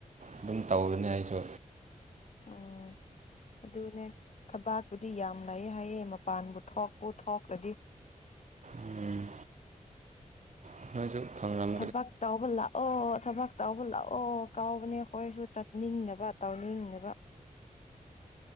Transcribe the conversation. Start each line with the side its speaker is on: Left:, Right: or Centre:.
Right: ꯑꯗꯨꯝ ꯇꯧꯕꯅꯤ ꯑꯩꯁꯦ꯫
Left: ꯎꯝ ꯑꯗꯨꯅꯦ ꯊꯕꯥꯛꯄꯨꯗꯤ ꯌꯥꯝ ꯂꯩ ꯍꯥꯏꯌꯦ ꯃꯄꯥꯟꯕꯨ ꯊꯣꯛꯄꯨ ꯊꯣꯛꯇ꯭ꯔꯗꯤ꯫
Right: ꯎꯝ <unintelligible>
Left: ꯊꯕꯛ ꯇꯥꯎꯕꯜꯂ ꯑꯣ ꯊꯕꯛ ꯇꯥꯎꯕ ꯂꯥꯛꯑꯣ ꯀꯥꯎꯕꯅꯦ ꯑꯩꯈꯣꯏꯁꯨ ꯆꯠꯅꯤꯡꯅꯕ ꯇꯥꯎꯅꯤꯡꯅꯕ